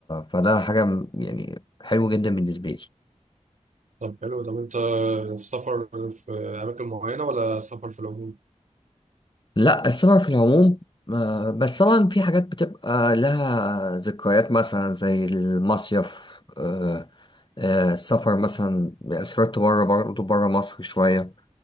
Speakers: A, on the left; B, on the right.
A: فده حاجة يعني حلوة جدا بالنسبة لي
B: طب حلو طب انت السفر في اماكن معينه ولا سفر في العموم
A: لا السفر في العموم آه، بس طبعا في حاجات بتبقى لها ذكريات مثلا زي المصيف آه، آه، السفر مثلا سافرت بره برضه بره مصر شوية